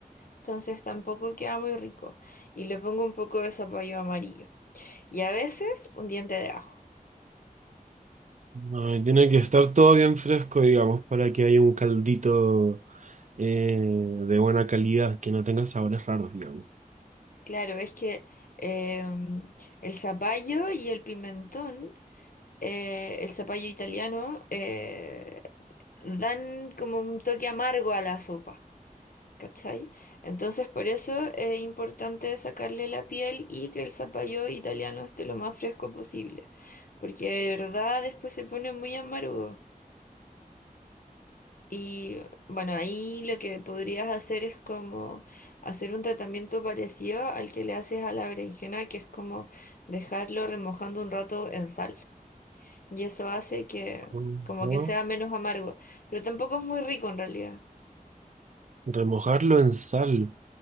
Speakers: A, on the left; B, on the right.
A: Entonces tampoco queda muy rico. Y le pongo un poco de zapallo amarillo. Y a veces un diente de ajo.
B: Ay, tiene que estar todo bien fresco, digamos, para que haya un caldito eh, de buena calidad, que no tenga sabores raros, digamos.
A: Claro, es que em, el zapallo y el pimentón eh, el zapallo italiano, eh, dan como un toque amargo a la sopa, ¿cachai? Entonces por eso es importante sacarle la piel y que el zapallo italiano esté lo más fresco posible, porque de verdad después se pone muy amargo. Y bueno, ahí lo que podrías hacer es como hacer un tratamiento parecido al que le haces a la berenjena, que es como dejarlo remojando un rato en sal y eso hace que
B: Con
A: como
B: Agua.
A: que sea menos amargo, pero tampoco es muy rico en realidad.
B: Remojarlo en sal